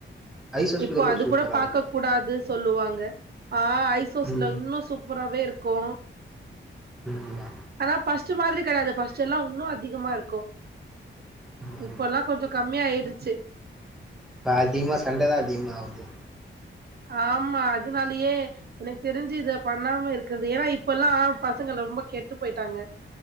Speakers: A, in the centre; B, on the right.
A: ஐசஸ்ல
B: இப்போ அது
A: சூப்பரா
B: கூட பாக்கக்
A: இருக்கு
B: கூடாது சொல்லுவாங்க ஆ ஐசோஸ்ல
A: ம்
B: இன்னு சூப்ராவே இருக்கு
A: ஆமா
B: ஆனா பர்ஸ்ட் மாதிரி கெடையாது பர்ஸ்ட்ல்லா இன்னூ அதிகமா இருக்கோ
A: ஆமா
B: இப்பெல்லா
A: ஆமா.
B: கொஞ்ச கம்மியா ஆயிருச்சி
A: தா அதிகமா சண்ட தா அதிகமாவுது
B: ஆமா அதுனாலயே எனக்கு தெரிஞ்சி இத பண்ணாம இருக்கது ஏனா இப்பெல்லா பசங்க லொம்ப கெட்டு பொயிட்டாங்க